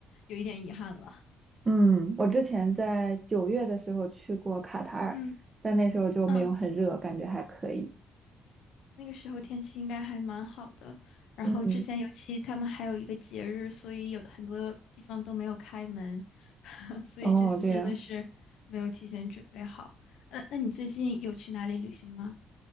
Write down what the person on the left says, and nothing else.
有一点遗憾了，
嗯
嗯。
那个时候天气应该还蛮好的，然后之前尤其他们还有一个节日，
所以有很多地方都没有开门，<laughs> 所以这次真的是没有提前准备好。
呃，那你最近有去哪里旅行吗？